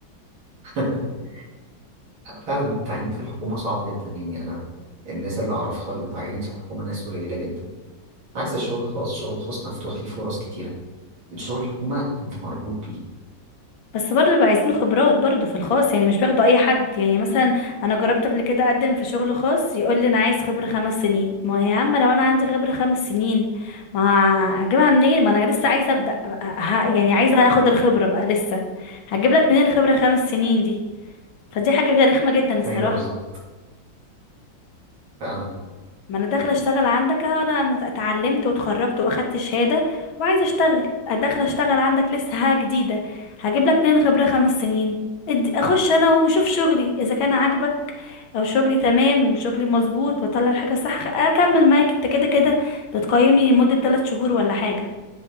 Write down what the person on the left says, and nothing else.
بس برضه بيبقى عايزين له خبرات برضه في الخاص يعني مش بياخدوا اي حد يعني مثلا انا جربت قبل كده اقدم في شغل خاص يقول لي انا عايز خبره خمس سنين ما هي يا عم لو انا عندي خبره خمس سنين ما اجيبها منين ما انا لسه عايزه ابدا ه- يعني عايزه اخد الخبره بقى لسه هجيب لك منين الخبره خمس سنين دي فدي حاجه غير رخمه جدا الصراحه
ما انا داخله اشتغل عندك أهو، انا مت- اتعلمت واتخرجت واخدت شهاده وعايزه اشتغل داخله اشتغل عندك لسه حاجه جديده هجيب لك منين خبره خمس سنين ادي- اخش انا واشوف شغلي اذا كان عاجبك او شغلي تمام شغلي مظبوط بطلع الحاجه صح اكمل معاك انت كده كده بتقيمني لمده 3 شهور ولا حاجه